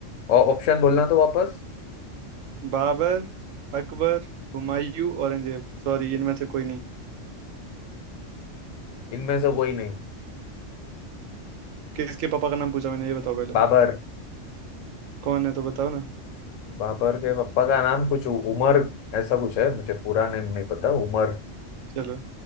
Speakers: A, on the left (about 80°); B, on the right (about 85°).
A: और ऑप्शन बोलना तो वापस
B: बाबर अकबर हुमायूं औरंगजेब सॉरी इनमें से कोई नहीं
A: इनमें से कोई नहीं
B: किसके पापा का नाम पूछा मैंने ये बताओ पहले
A: बाबर
B: कौन है तो बताओ ना
A: बाबर के पापा का नाम कुछ उ- उमर ऐसा कुछ है मुझे पूरा नेम नहीं पता उमर
B: चलो